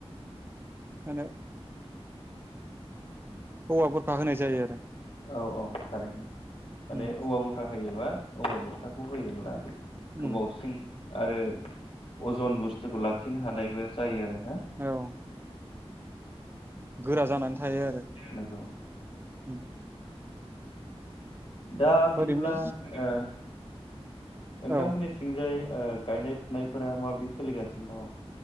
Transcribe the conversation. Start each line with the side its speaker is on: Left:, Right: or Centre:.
Right: <unintelligible> औवा बुरखा होनाय जायो आरो
Left: औ औ थारैनो माने
Right: उम
Left: औवा बुरखा होयोबा <unintelligible> खौ होयोब्ला गोबावसिन
Right: उम
Left: आरो अजन ब <unintelligible> लाखिनो हानायबो जायो आरो।
Right: औ। गोरा जानानै थायो आरो।
Left: नंगौ
Right: <unintelligible>
Left: दा बिदिब्ला
Right: ओरैनो
Left: ओ नोंथांमोननि
Right: औ
Left: थिंजाय ओ गायनाय फुनायफोरा माबायदि सोलिगासिनो दङ।